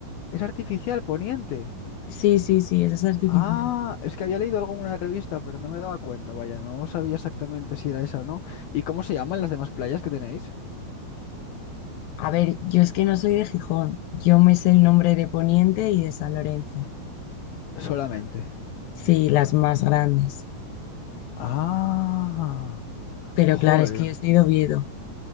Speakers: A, on the left (about 70°); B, on the left (about 80°).
A: Es artificial, Poniente.
B: Sí, sí, sí, esa es artificial.
A: Ah, es que había leído algo en una revista, pero no me daba cuenta. Vaya, no sabía exactamente si era esa o no. ¿Y cómo se llaman las demás playas que tenéis?
B: A ver, yo es que no soy de Gijón. Yo me sé el nombre de Poniente y de San Lorenzo.
A: Solamente.
B: Sí, las más grandes.
A: Ah,
B: Pero
A: joder.
B: claro, es que yo soy de Oviedo.